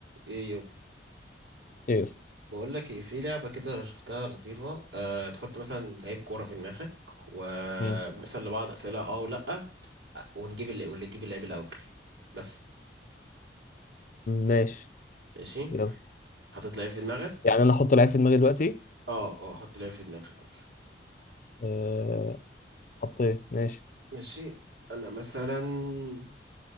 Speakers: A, on the right; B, on the left.
A: ايه يب
B: يس
A: بقول لك ايه في لعبه كده أنا شفتها لطيفه أه تحط مثلا لعيب كوره في دماغك وبنسال
B: مم.
A: لبعض اسئله اه ولا ونجيب اللي واللي يجيب اللعيب الاول بس
B: ماشي
A: ماشي
B: يلا
A: حطيت لعيب في دماغك
B: يعني انا احط لعيب في دماغي دلوقتي
A: اه اه حط لعيب في دماغك مثلا
B: أه... حطيت ماشي
A: ماشي انا مثلا